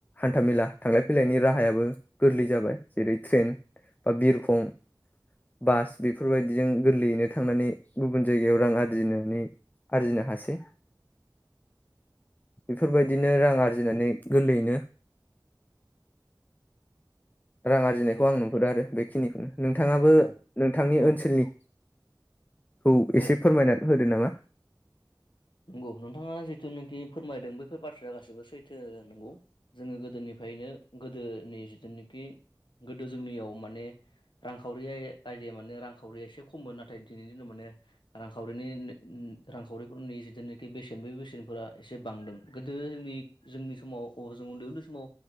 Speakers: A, on the left; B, on the left.
A: हान्थामेला थांलाय फैलायनि राहायाबो गोरलै जाबाय। जेरै ट्रेन बा बिरखं बास बेफोरबायदिजों गोरलैयैनो थांनानै गुबुन जायगायाव रां आरजिनानै आरजिनो हासै।
B: <inaudible> <inaudible>
A: बेफोरबाय बिदिनो रां आरजिनानै गोरलैयैनो रां आरजिनायखौ
B: नंगौ
A: आं नुहुरो आरो बेखिनिखौनो। नोंथाङाबो
B: औ
A: नोंथांनि
B: औ
A: ओनसोलनि खौ एसे
B: औ
A: फोरमायना होदो नामा।
B: नंगौ नोंथाङा जिथु नखि फोरमायदों बैफोर बाथ्राया गासिबो सैथो नंगौ। जोङो गोदोनिफ्रायनो गोदोनि जिथुनाखि गोदो जोंनियाव माने रांखावरि आइ-आइडिया मानो रांखावरिया एसे खममोन नाथाय दिनैनि दिनाव मोने रांखावरिनि नि रांखावरिफोरनि जि जेनोखि बेसेन बै बेसेनफोरा एसे बांदों। गोदोनि जोंनि समाव अ जों उन्दै उन्दै समाव